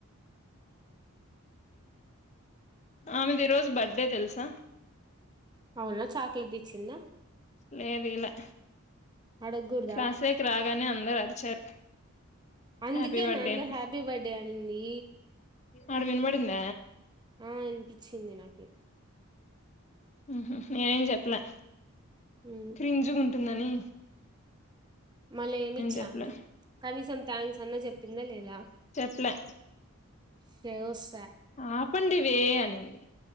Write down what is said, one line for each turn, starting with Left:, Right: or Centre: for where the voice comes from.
Left: ఆమెది ఈరోజు బర్త్డే దెల్సా
Right: అవునా చాక్లెట్ ఇచ్చిందా
Left: లేద్ ఇయలే
Right: అడగకూడదా
Left: క్లాసేక్ రాగానే అందర్ అరిచారు
Right: అందుకేనా
Left: హ్యాపీ బర్త్డే
Right: అందర్
Left: అని
Right: హ్యాపీ బర్త్డే అనింది
Left: ఆడకి విన్బడింద
Right: ఆ ఇన్పిచ్చింది నాకి
Left: ఊహు నేనేం చెప్లే
Right: ఉమ్
Left: క్రింజుగ్ ఉంటుందని
Right: మలేమిచ్చే
Left: చెప్పలే
Right: ఆమె కనీసం థ్యాంక్స్ అన్న చెప్పిందా లేదా
Left: ప్లే
Right: సేవోస్
Left: ఆపండి వే అనింది